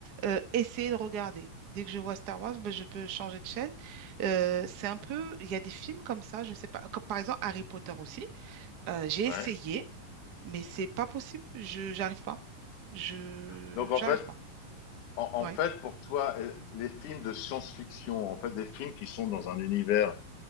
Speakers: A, on the right; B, on the left.
A: euh, essayer de regarder. Dès que je vois Star Wars, ben, je peux changer de chaîne. Euh, c'est un peu, il y a des films comme ça, je sais pas. Comme par exemple Harry Potter aussi. Euh, j'ai
B: Ouais.
A: essayé, mais c'est pas possible. Je, j'arrive pas. Je,
B: Donc en
A: j'arrive
B: fait,
A: pas.
B: En, en
A: Ouais.
B: fait, pour toi, euh, les films de science-fiction, en fait, des films qui sont dans un univers